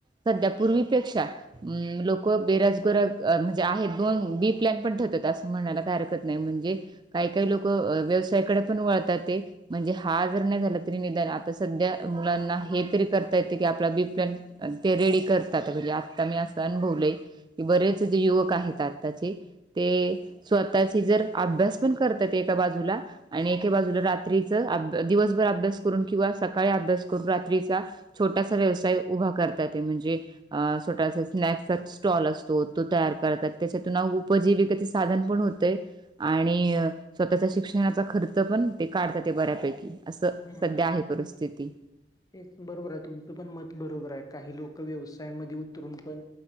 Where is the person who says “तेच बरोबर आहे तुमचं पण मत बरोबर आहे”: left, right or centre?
Left